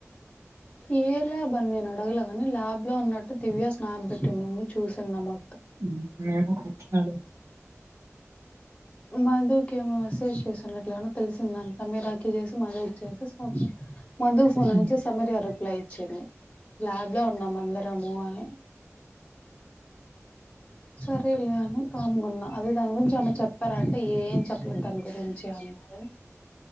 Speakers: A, on the left; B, on the right.
A: ఏ ల్యాబ్ అని నేను అడగలే గాని ల్యాబ్ లో ఉన్నట్టు దివ్య స్నాప్ పెట్టింది చూ. స్తున్నమా.
B: ఉమ్ నేను వచ్చినాడు.
A: మాధుకేమో మెసేజ్ చేస్తున్నట్టుగానో తెలిసిందంట మీరాట్లా చేస్. మదే చేసి <unintelligible> మదు ఫోన్ల
B: ఉమ్.
A: నుంచి సమీర రిప్లై ఇచ్చింది. లాబ్ లో ఉన్నాం అందరము అని. సరేలే అని కామ్ గున్నా అదే దాని గురించి ఆమె చెప్తారంటే ఏం చెప్పలేదు దాని గురించి ఆమె. సరే